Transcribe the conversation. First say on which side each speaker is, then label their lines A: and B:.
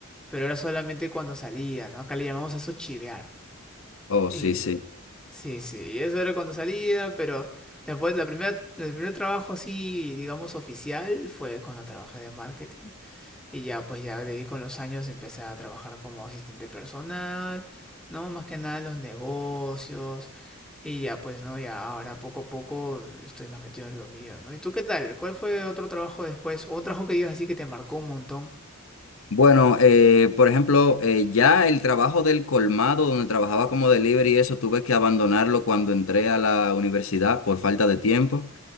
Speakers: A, in the centre; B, on the left.
A: pero era solamente cuando salía, ¿no? Acá le llamamos a eso chivear.
B: oh,
A: Y
B: sí, sí.
A: sí, sí, y eso era cuando salía, pero después la primera, el primer trabajo así, digamos, oficial fue cuando trabajé de marketing. Y ya, pues ya de ahí con los años empecé a trabajar como asistente personal, ¿no? Más que nada en los negocios. Y ya, pues, ¿no? Ya ahora poco a poco estoy más metido en lo mío, ¿no? ¿Y tú qué tal? ¿Cuál fue otro trabajo después? ¿O un trabajo que digas así que te marcó un montón?
B: Bueno, eh, por ejemplo, eh, ya el trabajo del colmado, donde trabajaba como delivery y eso, tuve que abandonarlo cuando entré a la universidad por falta de tiempo.